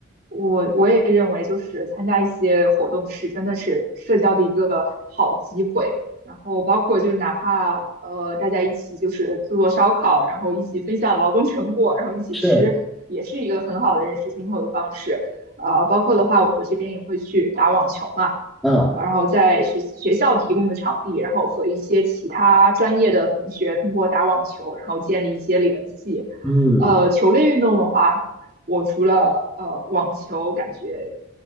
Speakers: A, on the right; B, in the centre.
A: 我我也认为，就是参加一些活动是真的是社交的一个好机会。然后包括就是哪怕呃大家一起就是做做烧烤，然后一起分享劳动成果，然后一起吃，
B: 是，
A: 也是一个很好的认识新朋友的方式。呃，包括的话，我这边也会去打网球嘛，
B: 啊，
A: 然后在学习学校提供的场地，然后和一些其他专业的同学通过打网球，然后建立一些联系。
B: 嗯，
A: 呃，球类运动的话。我除了呃网球感觉